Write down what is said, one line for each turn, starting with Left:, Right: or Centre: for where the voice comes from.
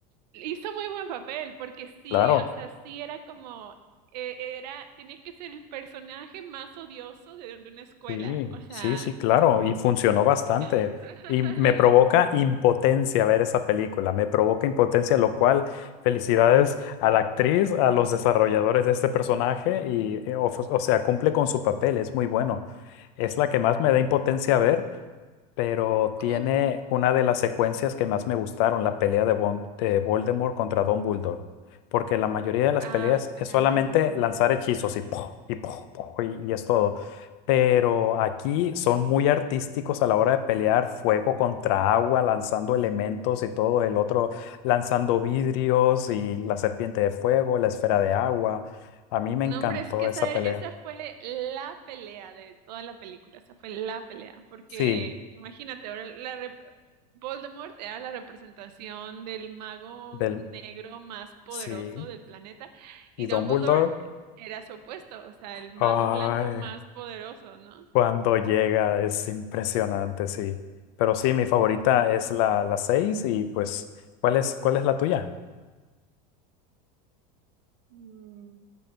Right: hizo muy buen papel, porque sí,
Left: claro.
Right: o sea, sí era como, eh, era, tenía que ser el personaje más odioso de, de una escuela,
Left: Sí,
Right: o sea,
Left: sí, sí, claro, y funcionó bastante.
Right: <laughs>
Left: Y me provoca impotencia ver esa película, me provoca impotencia, lo cual felicidades a la actriz, a los desarrolladores de este personaje, y, eh, o, o sea, cumple con su papel, es muy bueno. Es la que más me da impotencia ver, pero
Right: cum-
Left: tiene una de las secuencias que más me gustaron, la pelea de, Von- de Voldemort contra Dumbledore, porque la mayoría de las
Right: Ah,
Left: peleas
Right: claro.
Left: es solamente lanzar hechizos y ¡pum! y ¡pum! ¡pum! y, y es todo. Pero aquí son muy artísticos a la hora de pelear fuego contra agua, lanzando elementos y todo, el otro lanzando vidrios y la serpiente de fuego, la esfera de agua. A mí me
Right: No,
Left: encantó
Right: hombre, es que esa,
Left: esa
Right: era-
Left: pelea.
Right: esa fue la pelea de toda la película, esa fue la pelea, porque
Left: Sí,
Right: imagínate, ahora la rep- Voldemort era la representación del mago
Left: del,
Right: negro más poderoso
Left: sí.
Right: del planeta y
Left: Y Dumbledore.
Right: Dumbledore era su opuesto, o sea, el mago
Left: Ay.
Right: blanco más poderoso, ¿no?
Left: Cuando llega es impresionante, sí. Pero sí, mi favorita
Right: Sí.
Left: es la, la 6 y pues, ¿cuál es, cuál es la tuya?
Right: Mm,